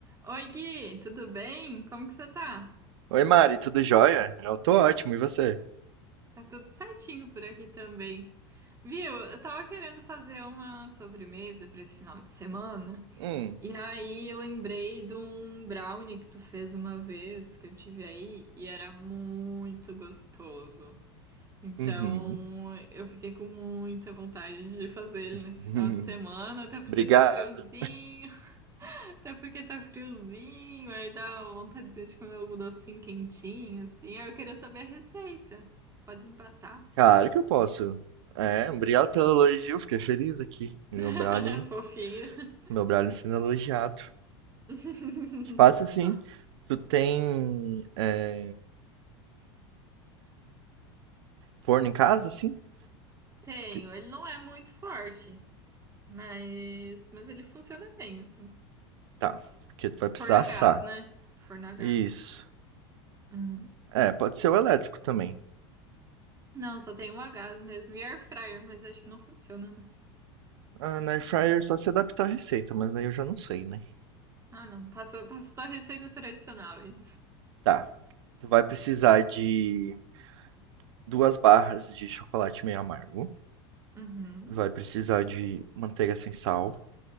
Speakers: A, on the right; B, on the right.
A: Oi, Gui, tudo bem? Como que você tá?
B: Oi, Mari, tudo jóia? Eu tô ótimo, e você?
A: Tá tudo certinho por aqui também. Viu? Eu tava querendo fazer uma sobremesa pra esse final de semana.
B: Hum,
A: E aí eu lembrei de um brownie que tu fez uma vez que eu tive aí e era muito gostoso. Então,
B: uhum.
A: eu fiquei com muita vontade de fazer ele
B: <laughs>
A: nesse final de semana, até porque
B: Obrigado.
A: tá friozinho, <laughs> até porque tá friozinho, aí dá vontadezinha de comer algum docinho quentinho, assim. Aí eu queria saber a receita. Pode me passar?
B: Claro que eu posso. É, obrigado pelo elogio, fiquei feliz aqui. Meu
A: <laughs>
B: brownie,
A: Fofinho.
B: meu brownie sendo elogiado.
A: <laughs>
B: Passa assim, tu tem é, forno em casa, assim?
A: Tenho,
B: Porque-
A: ele não é muito forte, mas, mas ele funciona bem, assim.
B: tá, porque tu vai precisar
A: Forno
B: assar.
A: a gás, né? Forno a gás.
B: Isso.
A: Uhum.
B: É, pode ser o elétrico também.
A: Não, só tem o a gás mesmo e air fryer, mas acho que não funciona, né?
B: Ah, na air fryer é só se adaptar à receita, mas daí eu já não sei, né?
A: Ah, não. Passa, passa só a receita tradicional aí.
B: Tá. Tu vai precisar de duas barras de chocolate meio amargo.
A: Uhum,
B: Vai precisar de manteiga sem sal,